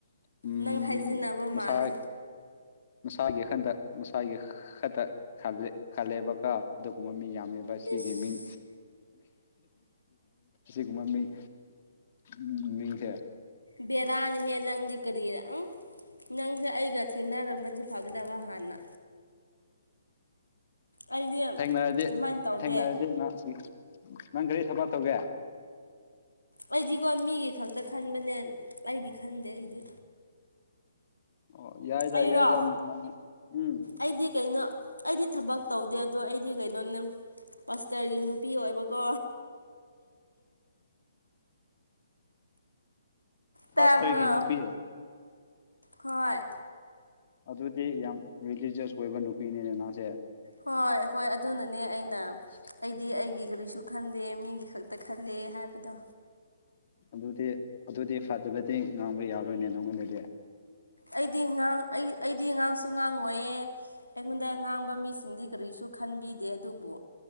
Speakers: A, on the left (about 40°); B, on the left (about 90°).
A: ꯎꯝ
B: ꯅꯪ ꯍꯥꯏꯖꯤꯟꯅꯕ
A: ꯃꯁꯥ
B: ꯃꯥꯜꯂꯦ
A: ꯃꯁꯥꯒꯤ ꯈꯟꯗ ꯃꯁꯥꯒꯤ ꯈꯛꯇ ꯈꯜꯂꯦ ꯈꯜꯂꯦꯕꯀ ꯑꯗꯨꯒꯨꯝꯕ ꯃꯤ ꯌꯥꯝꯃꯦ ꯁꯤꯒꯤ
B: ꯏꯁ
A: ꯃꯤꯡ ꯁꯤꯒꯨꯝ ꯃꯤꯡ ꯎꯝ ꯃꯤꯡꯖꯦ
B: ꯕꯦꯔꯥꯅꯤꯍꯦ ꯅꯪꯗꯤ ꯀꯔꯤꯔꯥ ꯅꯪꯁꯦ ꯑꯩꯒ ꯊꯦꯡꯅꯔꯝꯃꯗꯤ ꯐꯒꯗꯕ ꯍꯥꯟꯅ ꯑꯩꯗꯤ ꯑꯗꯨꯃꯥꯏꯅ
A: ꯊꯦꯡꯅꯔꯗꯤ
B: ꯇꯧꯗꯦ
A: ꯊꯦꯡꯅꯔꯗꯤ ꯅ ꯁꯤ ꯅꯪ ꯀꯔꯤ ꯊꯕꯛ ꯇꯧꯒꯦ
B: ꯑꯩꯗꯤꯀꯣ ꯃꯤꯒꯤ ꯈꯛꯇ ꯈꯟꯕꯅꯦ ꯑꯩꯒꯤ ꯈꯟꯗꯦ ꯑꯩꯗꯤ
A: ꯑꯣ ꯌꯥꯏꯗ
B: ꯑꯩꯔꯣ
A: ꯌꯥꯏꯗ ꯅꯪ ꯎꯝ
B: ꯑꯩꯗꯤ ꯀꯩꯅꯣ ꯑꯩꯗꯤ ꯊꯕꯛ ꯇꯧꯗꯦ ꯑꯗꯣ ꯑꯩꯗꯤ ꯀꯩꯅꯣꯅꯦ ꯄꯁꯇꯔꯒꯤ ꯅꯨꯄꯤ ꯑꯣꯏꯕꯀꯣ ꯇꯥꯕ
A: ꯄꯥꯁꯇꯔꯒꯤ ꯅꯨꯄꯤ
B: ꯍꯣꯏ
A: ꯑꯗꯨꯗꯤ ꯌꯥꯝ ꯔꯤꯂꯤꯖꯁ ꯑꯣꯏꯕ ꯅꯨꯄꯤꯅꯤꯅꯦ ꯅꯁꯦ
B: ꯍꯣꯏ ꯍꯣꯏ ꯑꯗꯨꯅꯅꯦ ꯑꯩꯅ
A: <inaudible>
B: ꯑꯩꯗꯤ ꯑꯩꯒꯤ ꯀꯔꯤꯁꯨ ꯈꯟꯗꯦ ꯃꯤꯒꯤ ꯈꯛꯇ ꯈꯜꯂꯦ ꯍꯥꯏꯕꯗꯣ
A: ꯑꯗꯨꯗꯤ ꯑꯗꯨꯗꯤ ꯐꯠꯇꯕꯗꯤ ꯉꯥꯡꯕ ꯌꯥꯎꯔꯣꯏꯅꯦ ꯅꯪꯉꯣꯟꯗꯗꯤ
B: ꯑꯩꯗꯤ ꯉꯥꯡ ꯑꯩ ꯑꯩꯗꯤ ꯉꯥꯡꯁꯨ ꯉꯥꯡꯉꯣꯏꯌꯦ ꯑꯩꯉꯣꯟꯗ ꯉꯥꯡꯕ ꯃꯤꯁꯤꯡꯗꯤ ꯀꯔꯤꯁꯨ ꯈꯟꯕꯤꯗꯦ ꯑꯗꯨꯕꯨ